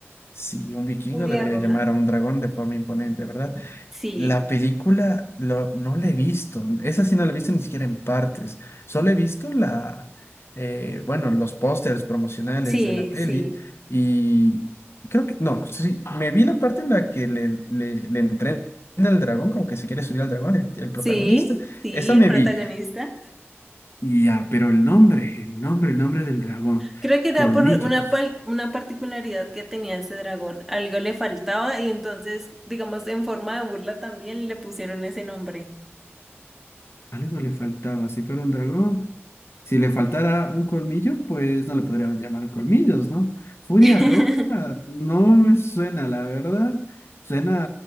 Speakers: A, on the left; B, in the centre.
A: Si un vikingo
B: Furia
A: debería
B: Roja.
A: llamar a un dragón de forma imponente, ¿verdad?
B: Sí,
A: La película lo- no la he visto. Esa sí no la he visto ni siquiera en partes. Solo he visto la, eh, bueno, los pósters promocionales
B: sí,
A: de la peli
B: sí.
A: y creo que, no, sí, me vi la parte en la que le, le, le entrena al dragón, como que se quiere subir al dragón, el, el protagonista.
B: Sí, sí,
A: Esa
B: el
A: me
B: protagonista.
A: vi. Y Ya, pero el nombre, el nombre, el nombre del dragón.
B: Creo que era
A: Colmillos.
B: por una, pal- una particularidad que tenía ese dragón. Algo le faltaba y entonces, digamos, en forma de burla también le pusieron ese nombre.
A: Algo le faltaba. Si fuera un dragón. Si le faltara un colmillo, pues no le podríamos llamar colmillos, ¿no? Furia
B: <laughs>
A: Roja no me suena, la verdad. Suena